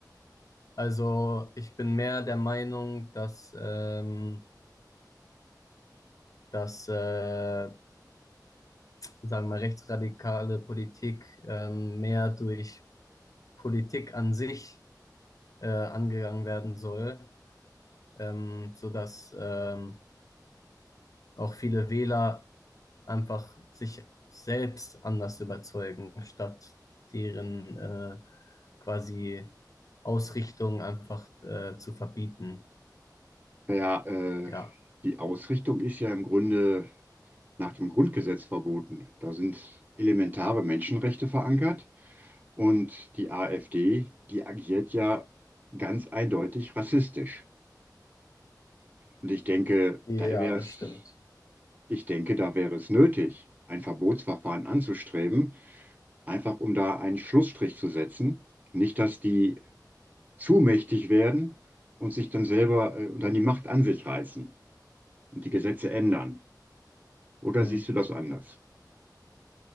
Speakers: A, on the left; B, on the right.
A: also ich bin mehr der Meinung, dass, ähm, dass äh, sagen wir mal, rechtsradikale Politik ähm, mehr durch Politik an sich äh, angegangen werden soll, ähm, sodass ähm, auch viele Wähler einfach sich selbst anders überzeugen, statt deren äh, quasi Ausrichtung einfach äh, zu verbieten.
B: Ja, äh,
A: Ja.
B: die Ausrichtung ist ja im Grunde nach dem Grundgesetz verboten. Da sind elementare Menschenrechte verankert und die AfD, die agiert ja ganz eindeutig rassistisch. Und ich denke,
A: Ja,
B: da wäre
A: das
B: es,
A: stimmt.
B: ich denke, da wäre es nötig, ein Verbotsverfahren anzustreben, einfach um da einen Schlussstrich zu setzen. Nicht, dass die zu mächtig werden und sich dann selber äh, und dann die Macht an sich reißen und die Gesetze ändern. Oder
A: Hm.
B: siehst du das anders?